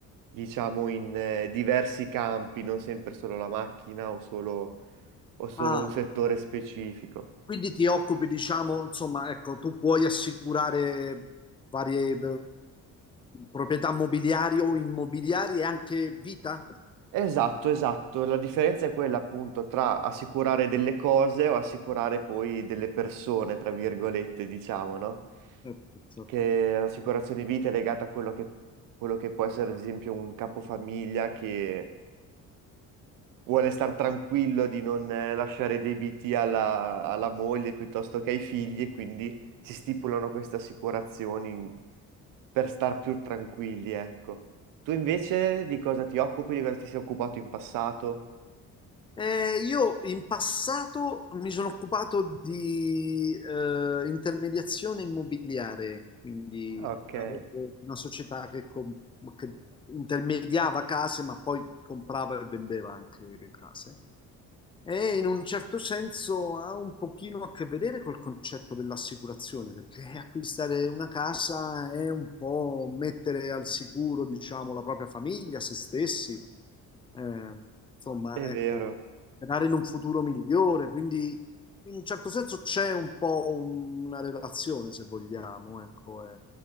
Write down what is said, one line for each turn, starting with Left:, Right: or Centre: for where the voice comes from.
Right: diciamo, in eh, diversi campi, non sempre solo la macchina o solo, o solo
Left: Ah,
Right: un settore specifico.
Left: quindi ti occupi, diciamo, insomma, ecco, tu puoi assicurare varie eh, proprietà mobiliari o immobiliari e anche vita?
Right: Esatto, esatto. La differenza è quella appunto tra assicurare delle cose o assicurare poi delle persone, tra virgolette, diciamo, no?
Left: Ecco,
Right: Che l'assicurazione vita è legata a quello che, quello che può essere, ad esempio, un capofamiglia che vuole star tranquillo di non eh, lasciare debiti alla, alla moglie piuttosto che ai figli e quindi si stipulano queste assicurazioni in- per star più tranquilli, ecco. Tu invece di cosa ti occupi, di cosa ti sei occupato in passato?
Left: Eh, io in passato mi sono occupato di eh, intermediazione immobiliare, quindi
Right: Ah, Ok,
Left: avevo
Right: è
Left: una società che, com- che intermediava case, ma poi comprava e vendeva anche case. E in un certo senso ha un pochino a che vedere col concetto dell'assicurazione, perché <laughs> acquistare una casa è un po' mettere al sicuro, diciamo, la propria famiglia, se stessi, eh, insomma,
Right: vero.
Left: ecco, sperare in un futuro migliore. Quindi, in un certo senso, c'è un po' una relazione, se vogliamo, ecco. eh.